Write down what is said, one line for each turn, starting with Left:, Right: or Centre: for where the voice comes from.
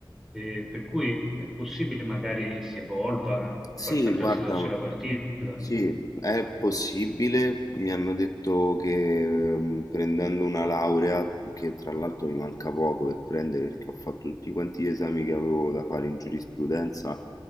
Centre: eh, per cui è possibile magari che si evolva in
Left: Sì,
Centre: qualche altra
Left: guarda.
Centre: situazione lavorativa.
Left: Sì, è possibile. Mi hanno detto che ehm, prendendo una laurea, che tra l'altro mi manca poco per prendere perché ho fatto tutti quanti gli esami che avevo da fare in giurisprudenza,